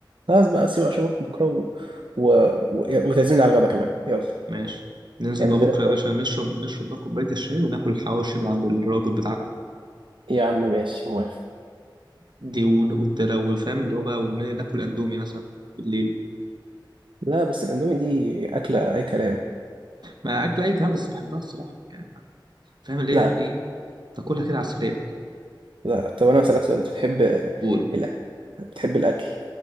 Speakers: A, on the right (about 80°); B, on the right (about 60°).
A: خلاص بقى سيبك اشوفك بكرة و... و... و... وتعزمني على الغدا كمان يلا
B: ماشي ننزل
A: اعمل
B: بقى بكره
A: لنا بكرة
B: يا باشا نشرب نشرب بقى كوبايه الشاي وناكل الحواوشي من عند الراجل بتاعنا ده.
A: يا عم ماشي موافق
B: دي ون- والتلو فاهم اللي هو بقى ون- ناكل اندومي مثلا بالليل
A: لا بس الاندومي دي أكلة أي كلام
B: ما اكل اي كلام بس بحبها الصراحه يعني ما- فاهم اللي
A: لا
B: هي ايه تاكلها كده على السريع
A: لا لا طب أنا هسألك سؤال أنت بتحب
B: قول
A: الأكل بتحب الأكل